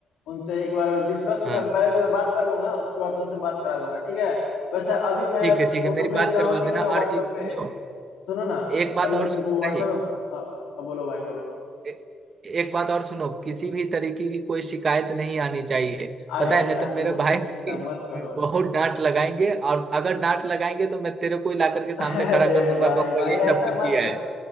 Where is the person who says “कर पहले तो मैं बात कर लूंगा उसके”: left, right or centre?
Left